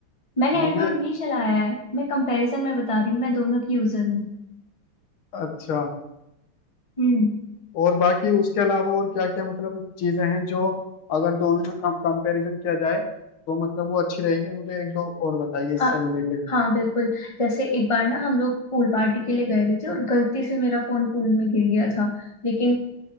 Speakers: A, on the left (about 15°); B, on the left (about 80°).
A: मैंने
B: मुझे
A: एंड्रॉइड भी चलाया है मैं कंपैरिजन में बता रही हूँ मैं दोनों की यूजर हूँ
B: अच्छा
A: हम्म
B: और बाकी उसके अलावा और क्या क्या मतलब चीजें हैं जो अगर दोनों में कम कंपैरिजन किया जाए तो मतलब वो अच्छी रहेगी मुझे एक दो और बताइए इससे
A: आ,
B: रिलेटेड
A: हाँ बिल्कुल जैसे एक बार ना हम लोग पूल पार्टी के लिए गए हुए थे और गलती से मेरा फोन पूल में गिर गया था लेकिन